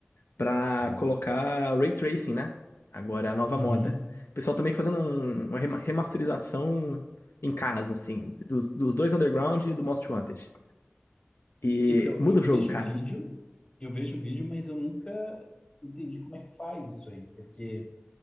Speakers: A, on the left (about 65°); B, on the left (about 25°).
A: pra
B: Nossa.
A: colocar ray tracing, né? Agora é a nova
B: Uhum.
A: moda. O pessoal tá meio que fazendo um- uma rema- remasterização em casa, assim, dos, dos dois Underground e do Most Wanted. E
B: Então,
A: muda
B: eu
A: o
B: vejo
A: jogo, cara.
B: vídeo, eu vejo vídeo, mas eu nunca entendi como é que faz isso aí, porque